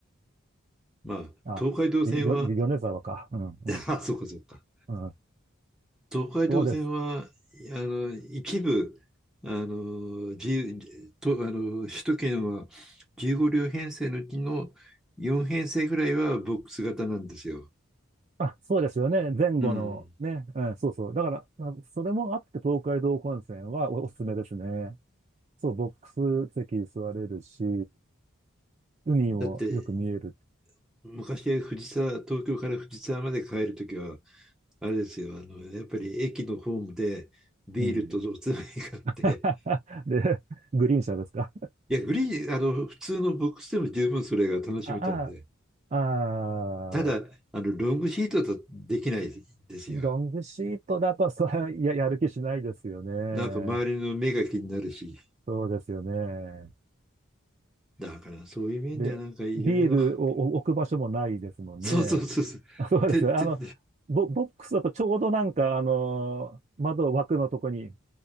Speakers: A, in the centre; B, on the right.
A: まあ、
B: あ、
A: 東海道線は、
B: よ、米沢か。うん、うん、
A: <laughs> あ、そうかそうか。
B: うん。
A: 東海道線は、
B: そうです。
A: あの、一部、あの、自由と、あの、首都圏は15両編成のうちの4編成ぐらいはボックス型なんですよ。
B: あ、そうですよね。前後のね。
A: うん。
B: うん、そうそう。だから、あそれもあって東海道本線はお、おすすめですね。そう、ボックス席座れるし、海もよく見える。
A: だって、昔は藤沢、東京から藤沢まで帰るときは、あれですよ、あの、やっぱり駅のホームでビールとおつまみ買って、
B: うん。<laughs> で、グリーン車ですか。
A: いや、グリーン、あの、普通のボックスでも十分それが楽しめたんで、
B: <laughs> あ、あ、ああ、
A: ただ、あの、ロングシートだとできないですよ。
B: ロングシートだと、それは <laughs> や、やる気しないですよね。
A: なんか周りの目が気になるし、
B: そうですよね。
A: だからそういう面ではなんかいろいろ、
B: で、ビールを置く場所もないですもんね。
A: <laughs> そうそうそうそう、
B: <laughs> あそうです。
A: ててて、
B: あの、ボ、ボックスだとちょうどなんか、あの、窓枠のとこに